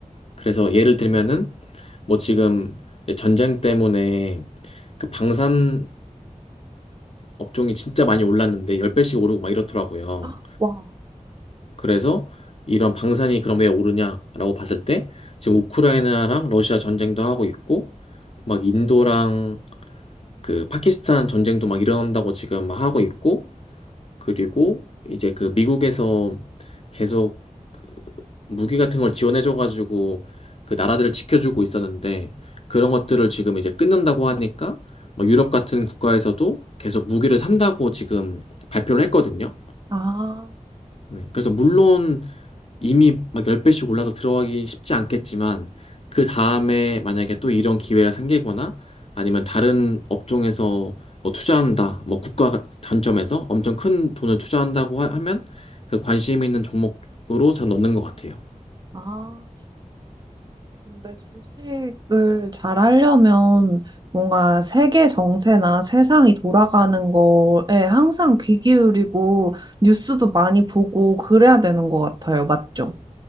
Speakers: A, on the left; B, on the right.
A: 그래서 예를 들면은, 뭐 지금 전쟁 때문에 그 방산 업종이 진짜 많이 올랐는데, 10배씩 오르고 막 이렇더라고요.
B: 아, 와,
A: 그래서 이런 방산이 그럼 왜 오르냐라고 봤을 때 지금 우크라이나랑 러시아 전쟁도 하고 있고 막 인도랑 그 파키스탄 전쟁도 막 일어난다고 지금 막 하고 있고 그리고 이제 그 미국에서 계속 무기 같은 걸 지원해줘가지고 그 나라들을 지켜주고 있었는데 그런 것들을 지금 이제 끊는다고 하니까 막 유럽 같은 국가에서도 계속 무기를 산다고 지금 발표를 했거든요.
B: 아,
A: 네, 그래서 물론 이미 막 10배씩 올라서 들어가기 쉽지 않겠지만 그 다음에 만약에 또 이런 기회가 생기거나 아니면 다른 업종에서 뭐 투자한다, 뭐 국가 단점에서 엄청 큰 돈을 투자한다고 하- 하면 그 관심 있는 종목으로 잘 넣는 것 같아요.
B: 아. 근데 주식을 잘 하려면 뭔가 세계 정세나 세상이 돌아가는 거에 항상 귀 기울이고 뉴스도 많이 보고 그래야 되는 것 같아요. 맞죠?